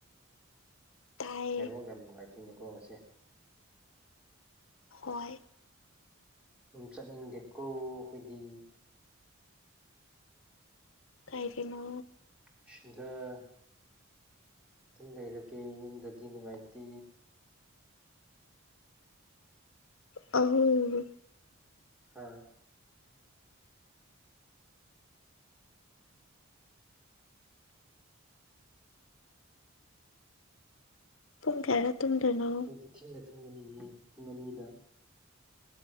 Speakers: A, on the left (about 70°); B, in the centre.
A: ꯇꯥꯏꯌꯦ
B: ꯉꯥꯏꯔꯤꯐꯣꯛ ꯌꯥꯝ ꯅꯨꯡꯉꯥꯏꯇꯦꯅꯤꯀꯣ ꯉꯁꯦ
A: ꯍꯣꯏ
B: ꯑꯗꯨꯝ ꯆꯠꯅꯤꯡꯗꯦꯀꯣ ꯑꯩꯈꯣꯏꯗꯤ
A: ꯀꯥꯏꯒꯤꯅ
B: ꯁꯤꯖꯔ ꯑꯗꯨꯝ ꯂꯩꯔꯒꯦ ꯌꯨꯝꯗꯗꯤ ꯅꯨꯡꯉꯥꯏꯇꯦ
A: ꯑ
B: ꯍꯥ
A: ꯨꯡ ꯈꯦꯔ ꯊꯗꯅꯣ
B: ꯑꯩ ꯏ ꯊꯤꯅ ꯊꯨꯡ ꯑꯅꯤꯌꯦ ꯄꯨꯡ ꯑꯅꯤꯗ